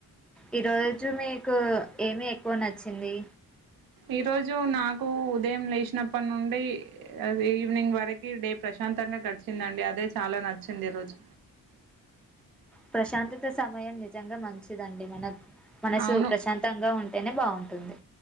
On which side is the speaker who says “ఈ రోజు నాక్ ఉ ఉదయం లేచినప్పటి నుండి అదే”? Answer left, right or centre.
Right